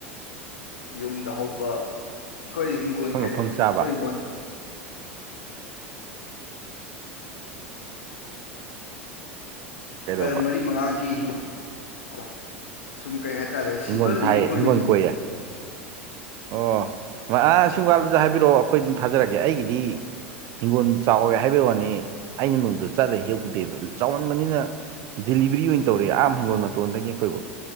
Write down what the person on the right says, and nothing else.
ꯑꯐꯪ
ꯑꯐꯪ
ꯆꯥꯕ
ꯀꯩꯗꯧꯕ
ꯍꯤꯡꯒꯣꯜ ꯊꯥꯏꯌꯦ
ꯍꯤꯡꯒꯣꯜ
ꯀꯣꯏꯌꯦ ꯑꯣ ꯑꯥ ꯒꯥꯜꯗꯁꯨ ꯍꯥꯏꯕꯤꯔꯛꯑꯣ ꯑꯩꯈꯣꯏ ꯑꯗꯨꯝ ꯊꯥꯖꯔꯛꯀꯦ ꯑꯩꯒꯤꯗꯤ ꯍꯤꯡꯒꯣꯜ ꯆꯥꯎꯋꯦ ꯍꯥꯏꯕꯩ ꯋꯥꯅꯤ ꯑꯩꯅ ꯅꯣꯡꯗꯨꯗ ꯆꯠꯂ ꯍꯦꯛꯞꯄꯨꯗꯦꯕ ꯆꯥꯎꯃꯟꯕꯅꯤꯅ ꯗꯤꯂꯤꯕꯔꯤ ꯑꯣꯏꯅ ꯇꯧꯔꯦ ꯑꯥꯝ ꯍꯪꯒꯣꯜ ꯃꯇꯣꯟꯗꯒꯤ ꯑꯩꯈꯣꯏꯕꯨ